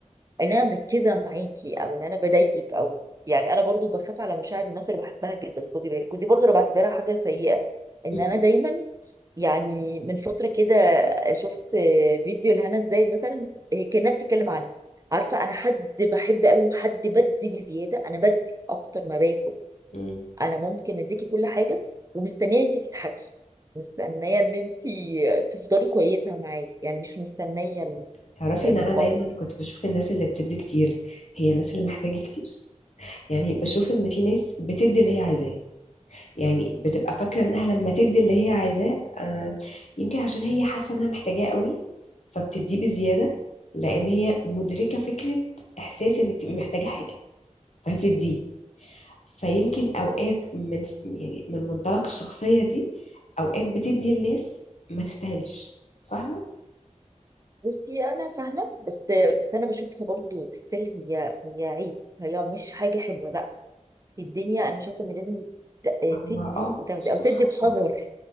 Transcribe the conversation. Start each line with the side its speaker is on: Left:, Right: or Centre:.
Right: ان انا مركزه معاكي او ان انا بضايقك او يعني انا برضو بخاف على مشاعر الناس اللي بحبها جدا خدي بالك ودي برضو انا بعتبرها حاجه سيئه ان
Left: مم.
Right: انا دايما يعني من فتره كده شفت فيديو لهنا ازاي مثلا هي كانت بتتكلم عني عارفه انا حد بحب قوي وحد بدي بزياده انا بدي اكتر ما باخد
Left: مم.
Right: انا ممكن اديكي كل حاجه ومستنيه ان انت تضحكي مستنيه ان انت تفضلي كويسه معايا يعني مش مستنيه
Left: تعرفي
Right: المقابل
Left: ان انا دايما كنت بشوف الناس اللي بتدي كتير هي الناس اللي محتاجه كتير يعني بشوف ان في ناس بتدي اللي هي عايزاه يعني بتبقى فاكره انها لما تدي اللي هي عايزاه آه يمكن عشان هي حاسه انها محتاجاه قوي فبتديه بزياده لان هي مدركه فكره احساس انك تبقي محتاجه حاجه فبتديه فيمكن اوقات من يعني من منطلق الشخصية دي اوقات بتدي لناس ما تستاهلش فاهمة
Right: بصي انا فاهمه بس بس انا بشوفها برضو ستيل هي هي عيب هي مش حاجه حلوه لا في الدنيا انا شايفه ان لازم ت-
Left: هو
Right: تدي
Left: اه
Right: وتاخدي
Left: مش
Right: او
Left: صح
Right: تدي بحذر
Left: بصراحة